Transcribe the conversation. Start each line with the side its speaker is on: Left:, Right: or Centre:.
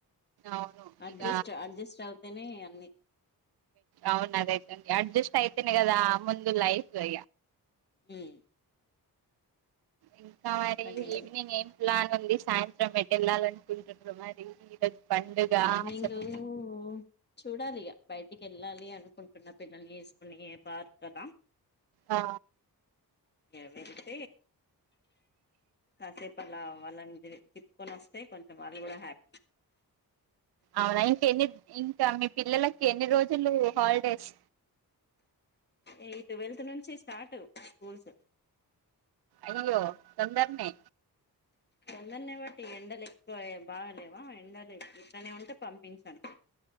Right: అవును
Left: అడ్జస్ట్
Right: ఇక
Left: అడ్జస్ట్ తనే అన్నీ
Right: అవును <unintelligible> అడ్జస్ట్ అయితేన గదా ముందు లైఫ్ <unintelligible>
Left: మ్మ్
Right: ఇంకా మరి
Left: చెప్పండి
Right: ఈవినింగ్ ఏం ప్లాన్ ఉంది సాయంత్రం <unintelligible> వెళ్ళాలినుకుంటు మరి పండుగ
Left: ఈవెనింగ్
Right: అసలు
Left: చూడాలి ఇక బయటికి వెళ్ళాలి అనుకుంటున్న పిల్లల్ని వేసుకుని పార్ కదా
Right: ఆ
Left: ఇగ పెడితే కాసేపు అలా వాళ్ళని తిప్పుకొని వస్తే కొంచెం వాళ్ళు కూడా హ్యాపీ
Right: అవునా ఇంక ఎన్ని ఇంకా మీ పిల్లలకి ఎన్ని రోజులు హాలిడేస్
Left: ఎత్ట్వెల్త్ నుంచి స్టార్ట్ స్కూల్స్
Right: అయ్యో తొందరనే
Left: తొందరిని బట్టి ఎండలు ఎక్కువ బాగాలేవా ఎండలు ఇట్లనే ఉంటే పంపించాను